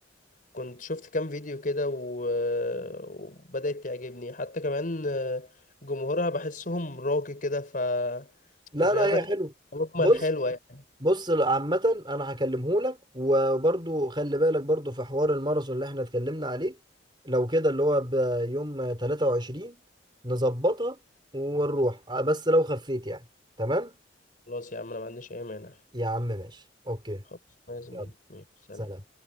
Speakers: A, on the left; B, on the right.
A: كنت شفت كام فيديو كده و... آه، وبدات تعجبني حتى كمان آه، جمهورها بحسهم راقي كده فالرياضه
B: لا لا هي
A: كانت
B: حلو
A: مجمل
B: بص
A: حلوه يعني
B: بص عامة أنا هكلمه لك وبرضو خلي بالك برضو في حوار الماراثون اللي احنا اتكلمنا عليه لو كده اللي هو بيوم 23 نظبطها ونروح بس لو خفيت يعني تمام
A: خلاص يا عم انا ما عنديش اي مانع
B: يا عم ماشي أوكي
A: خلاص يا زميلي
B: يلا
A: ماشي، سلام
B: سلام